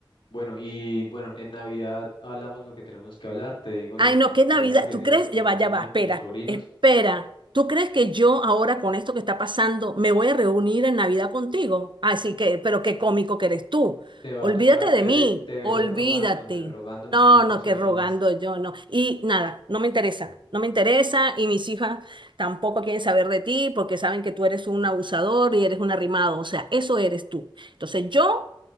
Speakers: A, on the left; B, on the right.
A: bueno, y bueno, en Navidad hablamos lo que tenemos que hablar, te digo
B: Ay,
A: los,
B: no,
A: los
B: qué
A: problemas
B: Navidad.
A: que
B: ¿Tú
A: tengas
B: crees?
A: con
B: Ya
A: tu
B: va,
A: familia
B: ya va, espera,
A: y con mis sobrinos.
B: espera. ¿Tú crees que yo ahora con esto que está pasando me voy a reunir en Navidad contigo? Así que, pero qué cómico que eres tú.
A: Te va
B: Olvídate
A: a tocar,
B: de
A: te,
B: mí,
A: ve- te veré
B: olvídate.
A: rogándome, rogándome
B: No,
A: un diez por
B: no,
A: ciento
B: que rogando
A: más.
B: yo, no. Y nada, no me interesa, no me interesa y mis hijas tampoco quieren saber de ti porque saben que tú eres un abusador y eres un arrimado, o sea, eso eres tú. Entonces yo